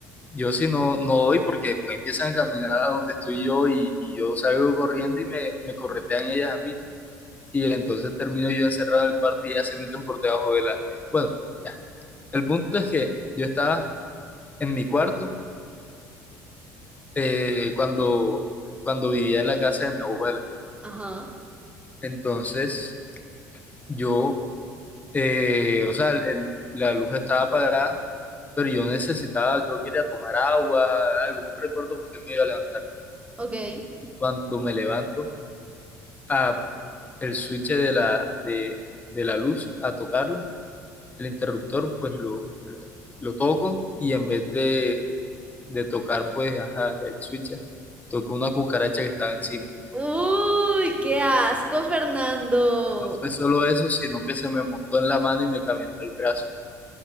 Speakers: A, on the left (about 20°); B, on the right (about 15°).
A: Yo sí no, no doy porque después empiezan a caminar a donde estoy yo y, y yo salgo corriendo y me, me corretean ellas a mí. Y entonces termino yo encerrado en el cuarto y ellas se meten por debajo de la... Bueno, ya. El punto es que yo estaba en mi cuarto eh, cuando, cuando vivía en la casa de mi abuela.
B: Ajá,
A: Entonces, yo, eh, o sea, el- la luz estaba apagada, pero yo necesitaba, creo que ir a tomar agua, algo, no recuerdo por qué me iba a levantar.
B: ok.
A: Y cuando me levanto, a el switch de la, de, de la luz, a tocarlo, el interruptor, pues lo, lo, lo toco y en vez de, de tocar, pues, ajá, el switch, toco una cucaracha que estaba encima.
B: Uy, qué asco, Fernando.
A: fue solo eso, sino que se me montó en la mano y me caminó el brazo.